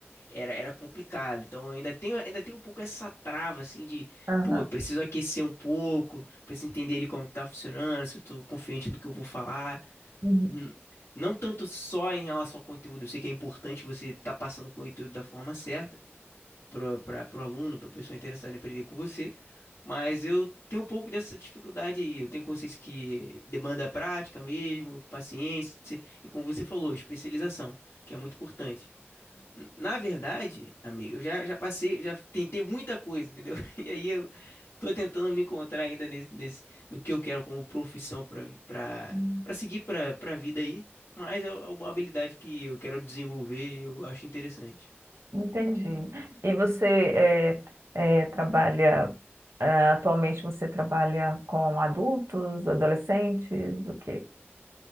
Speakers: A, on the left; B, on the right.
A: Era, era complicado. Então eu ainda tenho, ainda tenho um pouco essa trava assim de,
B: aham.
A: pô, eu preciso aquecer um pouco, preciso entender ali como que tá funcionando, se eu tô confiante no que eu vou falar.
B: Uhum,
A: Hum, Não tanto só em relação ao conteúdo, eu sei que é importante você estar passando o conteúdo da forma certa para para o aluno, para a pessoa interessada em aprender com você, mas eu tenho um pouco dessa dificuldade aí. Eu tenho consciência que demanda prática mesmo, paciência e como você falou, especialização, que é muito importante. N- Na verdade, amigo, eu já, já passei, já tentei muita coisa, entendeu? <laughs> E aí eu tô tentando me encontrar ainda nesse, nesse no que eu quero como profissão pra para
B: uhum.
A: para seguir pra para vida aí, mas é é uma habilidade que eu quero desenvolver e eu acho interessante.
B: Entendi. E você é, é, trabalha, é, atualmente você trabalha com adultos, adolescentes, o quê?